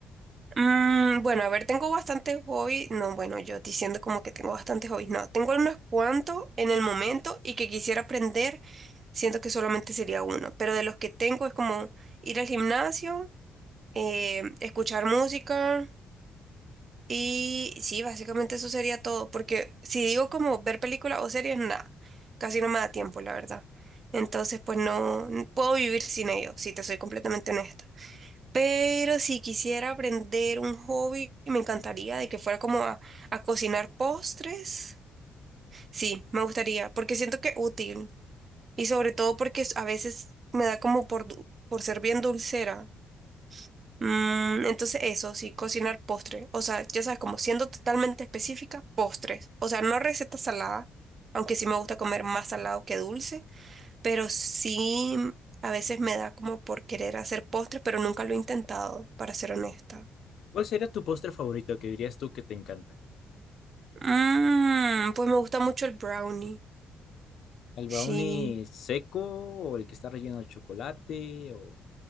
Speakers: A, on the right; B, on the left.
A: Mm, bueno, a ver, tengo bastantes hobbies. No, bueno, yo diciendo como que tengo bastantes hobbies. No, tengo unos cuantos en el momento y que quisiera aprender. Siento que solamente sería uno. Pero de los que tengo es como ir al gimnasio, eh, escuchar música y sí, básicamente eso sería todo. Porque si digo como ver películas o series, nada. Casi no me da tiempo, la verdad. Entonces, pues no no puedo vivir sin ellos, si te soy completamente honesta. Pero si quisiera aprender un hobby, me encantaría de que fuera como a, a cocinar postres. Sí, me gustaría, porque siento que es útil. Y sobre todo porque s- a veces me da como por, du- por ser bien dulcera. Mm, entonces eso, sí, cocinar postres. O sea, ya sabes, como siendo totalmente específica, postres. O sea, no recetas saladas, aunque sí me gusta comer más salado que dulce, pero sí a veces me da como por querer hacer postres, pero nunca lo he intentado, para ser honesta.
B: ¿Cuál sería tu postre favorito que dirías tú que te encanta?
A: Mm, pues me gusta mucho el brownie.
B: ¿El
A: Sí.
B: brownie seco o el que está relleno de chocolate? O...